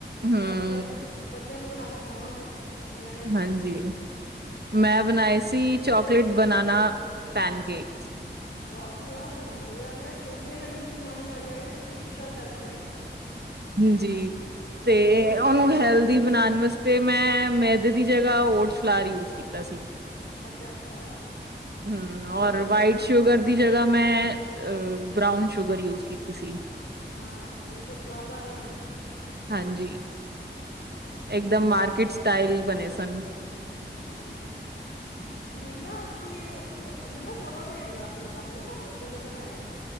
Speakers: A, on the right; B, on the left.
A: ਹਮ
B: ਮੈਂ ਆਪਣੇ ਬੱਚਿਆਂ ਨੂੰ ਬਣਾ ਕੇ ਖਵਾਵਾਂਗੀ। ਨਿਆਣਿਆਂ ਨੂੰ
A: ਹਾਂਜੀ, ਮੈਂ ਬਣਾਏ ਸੀ ਚਾਕਲੇਟ ਬਨਾਨਾ ਪੈਨ ਕੇਕ,
B: ਵਾਹ ਜੀ ਵਾਹ ਤੇ ਮਜ਼ਾ ਹੀ ਆ ਗਿਆ ਸੁਣ ਕੇ ਮੇਰੇ ਮੂੰਹ 'ਚ ਪਾਣੀ ਆ ਗਿਆ ਵੇ ਤੁਸੀਂ ਕੀ ਗੱਲ ਕਰਤੀ ਅੱਜ
A: ਜੀ ਤੇ
B: ਚੋਕਲੇਟ
A: ਉਹਨੂੰ ਹੈਲਦੀ ਬਣਾਣ ਵਾਸਤੇ ਮੈਂ ਮੇ ਮੈਦੇ ਦੀ ਜਗ੍ਹਾ ਓਟਸ ਫਲਾਰ ਯੂਜ ਕੀਤਾ ਸੀ।
B: ਅੱਛਾ ਅੱਛਾ
A: ਹੂੰ
B: ਬਹੁਤ
A: ਔਰ
B: ਵਧੀਆ
A: ਵਾਈਟ
B: ਹੈ।
A: ਸ਼ੂਗਰ ਦੀ ਜਗ੍ਹਾ ਮੈਂ ਅ ਬਰਾਊਨ ਸ਼ੂਗਰ ਯੂਜ ਕੀਤੀ ਸੀ।
B: ਹਾਂ ਫੇਰ ਤੇ ਸਵਾਦ ਆ ਗਿਆ ਹੋਣਾ।
A: ਹਾਂਜੀ, ਇੱਕਦਮ ਮਾਰਕੀਟ ਸਟਾਈਲ ਬਣੇ ਸਨ।
B: ਹੂੰ ਤੇ ਮੈਨੂੰ <unintelligible> ਜਦੋਂ, ਮੈਨੂੰ ਨਾ ਫੋਟੋ ਭੇਜਣਾ ਅ ਆਪਣੀ ਨਾ ਜੋ-ਜੋ ਬਣਾਇਆ।